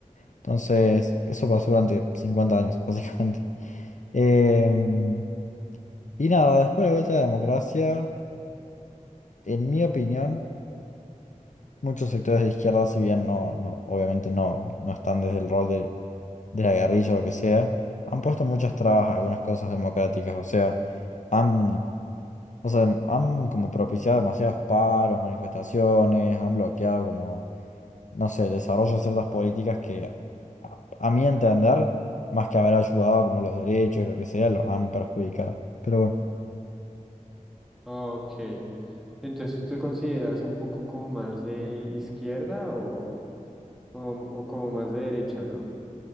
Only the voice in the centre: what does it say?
Ok. Entonces, ¿tú te consideras un poco como más de izquierda o, o, o como más de derecha, no?